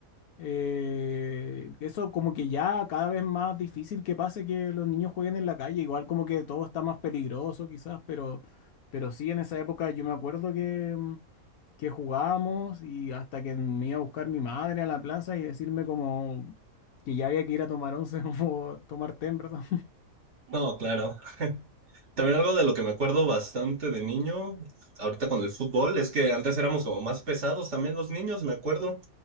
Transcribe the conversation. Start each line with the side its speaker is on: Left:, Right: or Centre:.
Left: Eh, eso como que ya cada vez más difícil que pase que los niños jueguen en la calle, igual como que todo está más peligroso quizás, pero, pero sí en esa época yo me acuerdo que, mm, que jugábamos y hasta que me iba a buscar mi madre a la plaza y decirme como que ya había que ir a tomar once <laughs> o tomar té, en ¿verdad?
Right: No, claro. También algo de lo que me acuerdo bastante de niño, ahorita con el fútbol, es que antes éramos como más pesados también los niños, me acuerdo.